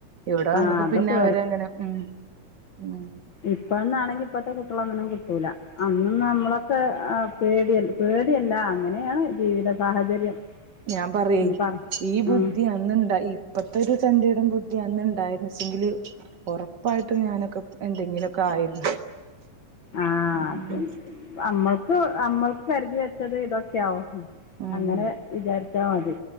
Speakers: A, on the right (about 45°); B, on the left (about 55°).
A: ഇവിടെ വന്ന
B: ആ
A: അപ്പ
B: അതൊക്കെ
A: പിന്നെ അവരങ്ങനെ ഉ ഉ
B: ഇപ്പന്നാണെങ്കി ഇപ്പത്തെ കുട്ടികളഅങ്ങനൊന്നും കിട്ടൂല അന്നന്നു നമ്മളൊക്കെ ആ പേടിയ പേ പേടിയല്ല അങ്ങനെയാണ് ജീവിത സാഹചര്യം.
A: ഞാൻ പറയാ
B: എന്ന് പറ
A: ഈ ബുദ്ധി
B: ഉം
A: അന്നണ്ട ഇപ്പത്തെ ഒരു തന്റെടം ബുദ്ധി അന്ന ഇണ്ടായിരുന്നുച്ചെങ്കില് ഉറപ്പായിട്ട് ഞാനൊക്കെ എന്തെങ്കിലുമൊക്കെ ആയിരുന്നു.
B: ആഹ
A: ഉം
B: അത് അമ്മൾക്ക് അമ്മൾക്ക് കരുതി വെച്ചത് ഇതൊക്കെയവും
A: ഉം
B: അങ്ങനെ വിചാരിച്ചാ മതി